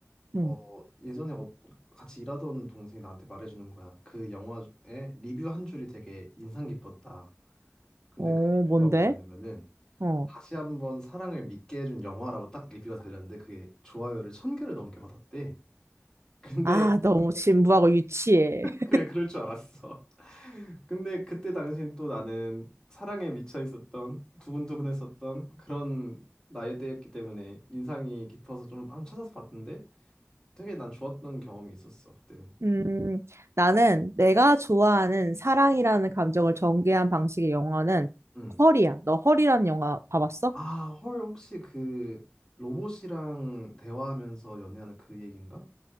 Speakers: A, on the right; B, on the left.
A: 응.
B: 어, 예전에 어, 같이 일하던 동생이 나한테 말해주는 거야. 그 영화에 리뷰 한 줄이 되게 인상 깊었다. 근데
A: 어,
B: 그 리뷰가
A: 뭔데?
B: 뭐였냐면은,
A: 어.
B: 다시 한번 사랑을 믿게 해준 영화라고 딱 리뷰가 달렸는데, 그게 좋아요를 천 개를 넘게 받았대. 근데
A: 아, 너무 진부하고 유치해. <laughs>
B: 그래, 그럴 줄 알았어. <laughs> 근데 그때 당시엔 또 나는 사랑에 미쳐 있었던, 두근두근했었던 그런 나이대였기 때문에 인상이 깊어서 좀 한번 찾아서 봤는데 되게 난 좋았던 경험이 있었어, 그때는.
A: 음, 나는 내가 좋아하는 사랑이라는 감정을 전개한 방식의 영화는
B: 응.
A: 헐이야. 너 헐이라는 영화 봐봤어?
B: 아, 헐, 혹시 그 로봇이랑 대화하면서 연애하는 그 얘기인가?